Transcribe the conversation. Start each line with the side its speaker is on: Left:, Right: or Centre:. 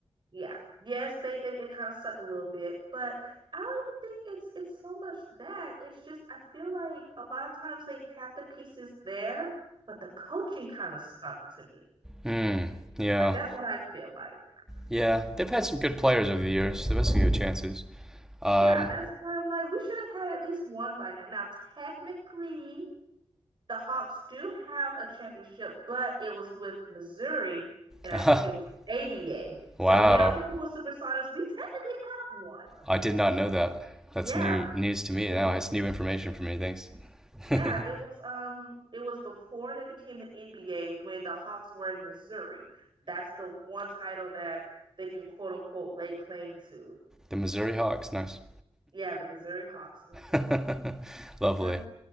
Right: yeah yes they they, they kind of suck a little bit but i don't even think it's it's so much that it's just i feel like a lot of times they had the pieces there but the coaching kind of stunk to me
Centre: Hmm. yeah,
Right: like that's what i feel like
Centre: yeah. They've had some good players over the years. They're missing their chances. Um,
Right: yeah that's why i'm like we should have had at least one by now now technically the hawks do have a championship but it was with missouri and
Centre: <laughs>
Right: i think it was aba so
Centre: wow.
Right: yeah i'm a cool with supersonics we technically have one
Centre: I did not know that. That's
Right: yeah
Centre: new news to me
Right: it
Centre: now. It's new information for me. Thanks. <laughs>
Right: Yeah,
Centre: hmm
Right: it was um it was before they became the NBA when the Hawks were in Missouri. That's the one title that they can quote unquote lay claim to.
Centre: The Missouri Hawks. Nice.
Right: Yeah, the Missouri Hawks. hmm
Centre: <laughs> Lovely.
Right: Yeah.